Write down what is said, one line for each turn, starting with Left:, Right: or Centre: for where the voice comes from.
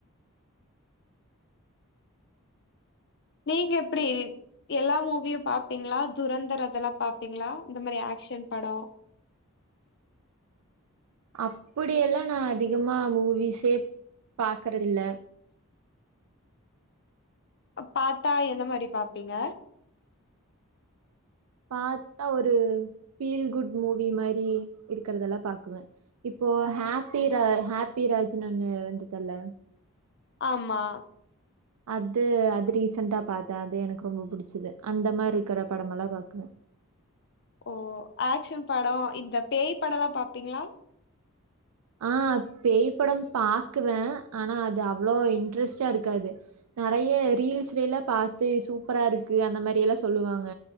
Left: நீங்க எப்டி எல்லா மூவியு பாப்பீங்களா துரந்தர் அதெல்லா பாப்பீங்களா இந்த மாரி அக்க்ஷன் படோ
Right: அப்படியெல்லா நா அதிகமா மூவிஸ்ஸே பாக்கறதுல்ல
Left: பாத்தா எந்த மாரி பாப்பீங்க
Right: பாத்தா ஒரு ஃபீல் குட் மூவி மாரி இருக்குறதெல்லா பாக்குவ இப்போ ஹப்பி ரா ஹப்பி ராஜ்ன்னு ஒன்னு வந்துதல்ல
Left: ஆமா
Right: அது அது ரீசன்டா பாத்த அது எனக்கு ரொம்ப புடிச்சது அந்த மாரி இருக்கற படமெல்லா பாக்குவ
Left: ஓ அக்ஷன் படோ இந்த பேய் படோல்லா பாப்பீங்ளா
Right: ஆ பேய்படம் பாக்குவ ஆனா அது அவ்வளோ இன்ட்ரெஸ்டா இருக்காது நெறைய ரீல்ஸ்லெல்லா பாத்து சூப்பரா இருக்கு அந்த மாரி எல்லா சொல்லுவாங்க